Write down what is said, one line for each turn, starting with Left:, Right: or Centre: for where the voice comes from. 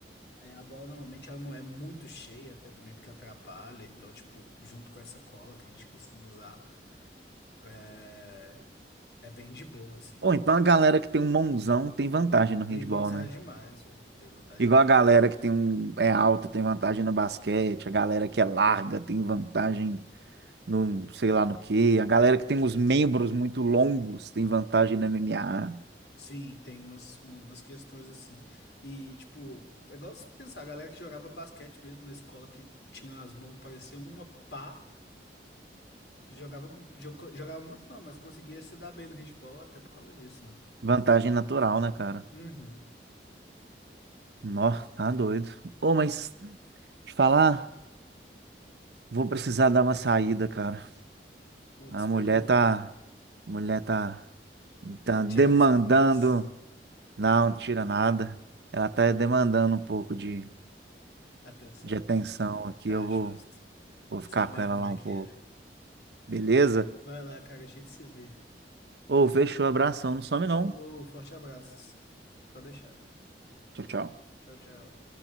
Left: É, a bola normalmente ela não é muito cheia, até também porque atrapalha. Então, tipo, junto com essa cola que a gente costuma usar, é, é bem de boa, assim.
Right: Ou então a galera que tem um mãozão tem vantagem no
Left: Tem
Right: handball,
Left: vantagem
Right: né?
Left: demais, velho. Tem vantagem
Right: Igual
Left: demais.
Right: a galera que tem um é alta tem vantagem no basquete, a galera que é larga tem vantagem no sei lá no quê. A galera que tem os membros muito longos tem vantagem na MMA.
Left: Sim, tem umas, uma- umas questões assim. E, tipo, é igual se pensar, a galera que jogava basquete mesmo na escola, que tinha as mãos, parecia uma pá, jogava, jogou- jogava muito não, mas conseguia se dar bem no handball até por causa disso, né?
Right: Vantagem natural, né, cara?
Left: Uhum.
Right: Nó, tá doido. Ô, mas te falar, vou precisar dar uma saída, cara.
Left: Putz,
Right: A
Left: beleza.
Right: mulher tá. A mulher tá. Tá demandando.
Left: Tirando sua paz,
Right: Não, não tira nada. Ela tá demandando um pouco de,
Left: atenção.
Right: de atenção aqui.
Left: Tá
Right: Eu vou,
Left: justo.
Right: vou ficar
Left: Sei bem
Right: com ela
Left: como
Right: lá
Left: é
Right: um
Left: que
Right: pouco.
Left: é.
Right: Beleza?
Left: Vai lá, cara, a gente se vê.
Right: Ô, fechou, abração. Não some não.
Left: Falou, forte abraços. Pode deixar.
Right: Tchau, tchau.
Left: Tchau, tchau.